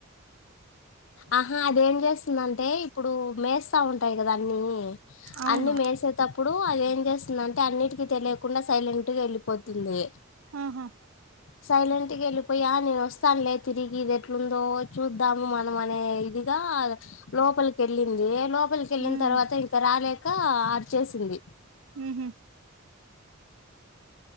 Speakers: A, on the left; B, on the right.
A: ఆహా అదేం చేసిందాంటే ఇప్పుడు మేస్తా ఉంటాయి కదా అన్ని
B: అవును
A: అన్ని మేసేటప్పుడు అది ఏం చేసిందంటే అన్నిటికి తెలియకుండా సైలెంట్ గా వెళ్ళిపోతుంది
B: ఆహా
A: సైలెంట్ వెళ్ళిపోయా నేను వస్తానులేదు తిరిగి ఇది ఎట్లుందో చూద్దాము మన ము అనే ఇదిగా లోపలిక వెళ్ళింది లోప లోపలికి వెళ్ళిన
B: ఉమ్
A: తర్వాత ఇంకా రాలేక అరిచేసింది
B: ఉహు